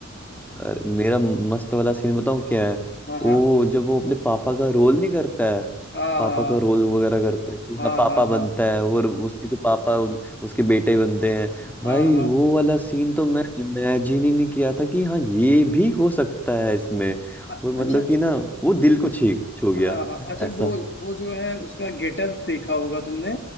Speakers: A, in the centre; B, on the left.
A: अरे मेरा मस्त वाला सीन बताऊं क्या है
B: हाँ
A: वो
B: हाँ
A: जब वो अपने पापा का रोल नहीं करता है
B: हाँ
A: पापा का रोल वगैरह करता है कि
B: हाँ
A: हाँ पापा
B: हाँ
A: बनता
B: हाँ
A: है और उसके जो पापा उन, उसके बेटे बनते हैं भाई
B: हाँ हाँ हाँ।
A: वो वाला सीन तो मैं इमेजिन ही नहीं किया था कि हाँ ये भी हो सकता है इसमें
B: अ-
A: और मतलब
B: अच्छा
A: कि ना वो दिल को छी छू गया
B: हाँ हाँ अच्छा
A: ऐसा
B: वो वो जो है उसका गेटअप देखा होगा तुमने